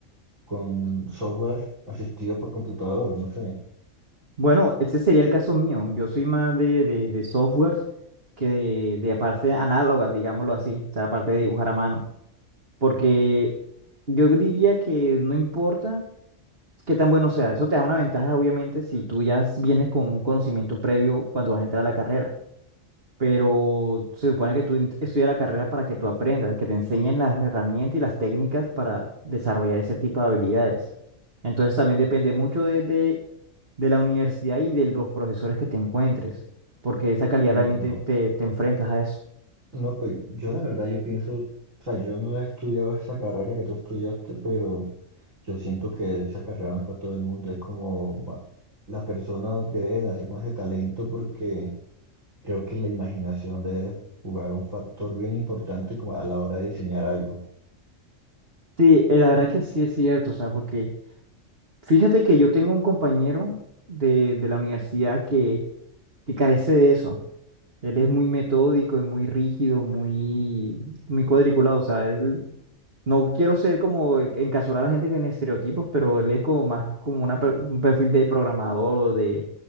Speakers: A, on the right; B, on the right.
A: con software asistido por computador, no sé.
B: Bueno, este sería el caso mío. Yo soy más de, de, de software que de, de parte análoga, digámoslo así, o sea, la parte de dibujar a mano. Porque yo diría que no importa qué tan bueno sea, eso te da una ventaja, obviamente, si tú ya s- vienes con un conocimiento previo cuando vas a entrar a la carrera. Pero se supone que tú int- estudias la carrera para que tú aprendas, que te enseñen las herramientas y las técnicas para desarrollar ese tipo de habilidades. Entonces también depende mucho de, de, de la universidad y de los profesores que te encuentres, porque esa calidad
A: Sí,
B: también
A: no.
B: te, te te enfrentas a eso.
A: No, pues yo la verdad yo pienso, o sea, yo no he estudiado esa carrera que tú estudiaste, pero yo siento que esa carrera no es para todo el mundo, es como ma- las personas deben hacer con ese talento porque creo que la imaginación debe jugar un factor bien importante como a la hora de diseñar algo.
B: Sí, eh, la verdad que sí es cierto, o sea, porque Fíjate que yo tengo un compañero de, de la universidad que, que carece de eso. Él es muy metódico, es muy rígido, muy, muy cuadriculado. O sea, él, no quiero ser como encasurar a la gente que en estereotipos, pero él es como más como una per- un perfil de programador o de,